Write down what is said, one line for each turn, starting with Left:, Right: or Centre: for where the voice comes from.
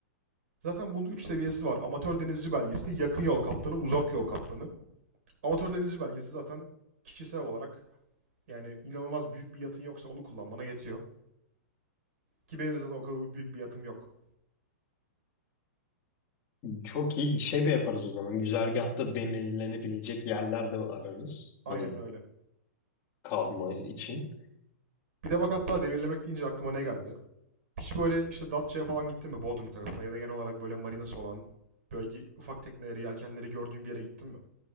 Right: Zaten bunun 3 seviyesi var. Amatör denizci belgesi, yakın yol kaptanı, uzak yol kaptanı. Amatör denizci belgesi zaten kişisel olarak yani inanılmaz büyük bir yatın yoksa onu kullanmana yetiyor. Ki benim zaten o kadar büyük bir yatım yok.
Left: Çok iyi şey de yaparız o zaman. Güzergahta demirlenebilecek yerler de ararız.
Right: Aynen
Left: Hani
Right: öyle.
Left: kalma için.
Right: Bir de bak hatta demirlemek deyince aklıma ne geldi? Hiç böyle işte Datça'ya falan gittin mi Bodrum tarafına ya da genel olarak böyle marinası olan bölge ufak tekneleri, yelkenleri gördüğün bir yere gittin mi?